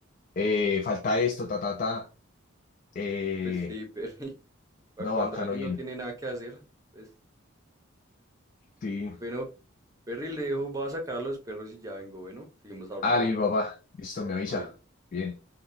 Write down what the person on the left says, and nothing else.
eh, falta esto, ta, ta, ta. Eh,
no,
acá
no bien.
Sí.
Ah, le digo, papá, listo, me avisa.
Bien.